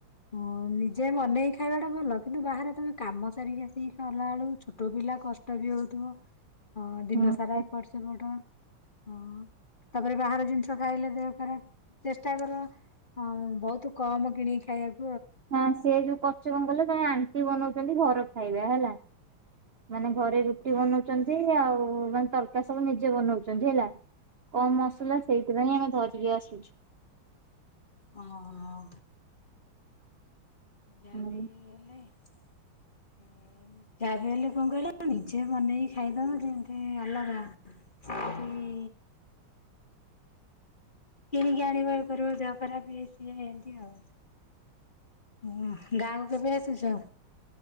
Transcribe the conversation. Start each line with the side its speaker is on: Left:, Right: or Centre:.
Left: ଓ ନିଜେ ମନେଇକି ଖାଇବା ଟା ଭଲ। କିନ୍ତୁ ବାହାରେ ତମେ କାମ ସାରିକି ଆସିକି କଲାଳୁ ଛୋଟ ପି ପିଲା କଷ୍ଟ ବି ହଉଥିବ। ଅ-ଦିନ
Right: ହଁ।
Left: ସାରା ଏପଟ ସେପଟ। ହଁ, ତାପରେ ବାହାର ଜିନିଷ ଖାଇଲେ ଦେହ ଖରାପ। ଚେଷ୍ଟା କର ହଁ, ବହୁତ କମ୍ କିଣିକି ଖାଇବାକ୍
Right: ହଁ, ସେ ଯୋଉ ପଚୁ ଅଂକଲ ତାଙ୍କ ଆଣ୍ଟି ବନଉଛନ୍ତି। ଘର ଖାଇବା ହେଲା। ମାନେ ଘରେ ରୁଟି ବନଉଚନ୍ତି, ଆଉ ମାନେ ତରକାରୀ ସବୁ ନିଜେ ବନଉଚନ୍ତି ହେଲା। କମ୍ ମସଲା ସେଇଥିପାଇଁ ଆମେ ଧରିକି ଆସୁ।
Left: ଅଁ ହ। ଯାହା
Right: ହୁଁ।
Left: ବିି ହେଲେ ଏ ଯା ବି ହେଲେ କଣ କହିଲ? ନିଜେ ମନେଇକି ଖାଇଦବ ଯେମତି ଅଲଗା! ସେ <inaudible> କିଣିକି ଆଣିବା କରିବା ଦେହ ଖରାପ ଇଏ ସିଏ ଏମତି ଆଉ। ଉଁ ହୁଁ ଗାଁକୁ କେବେ ଆସୁଛ?